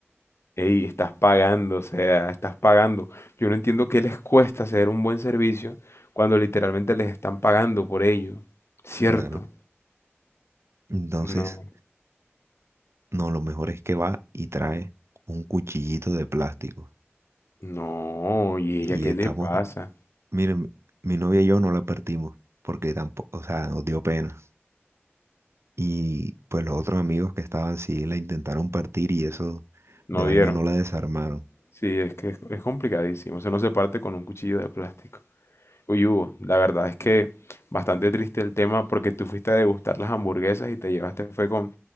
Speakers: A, on the left (about 70°); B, on the right (about 70°).
A: Ey, estás pagando, o sea, estás pagando. Yo no entiendo qué les cuesta hacer un buen servicio cuando literalmente les están pagando por ello. ¿Cierto?
B: claro. Entonces...
A: No,
B: No, lo mejor es que va y trae un cuchillito de plástico.
A: no, ¿y
B: Y
A: ella qué
B: estamos,
A: le pasa?
B: miren, mi novia y yo no la partimos porque tampoco, o sea, nos dio pena. Y pues los otros amigos que estaban sí la intentaron partir y eso
A: No
B: de vaina
A: vieron.
B: no la desarmaron.
A: Sí, es que es, es complicadísimo. O sea, no se parte con un cuchillo de plástico. Uy, Hugo, la verdad es que bastante triste el tema porque tú fuiste a degustar las hamburguesas y te llevaste, fue con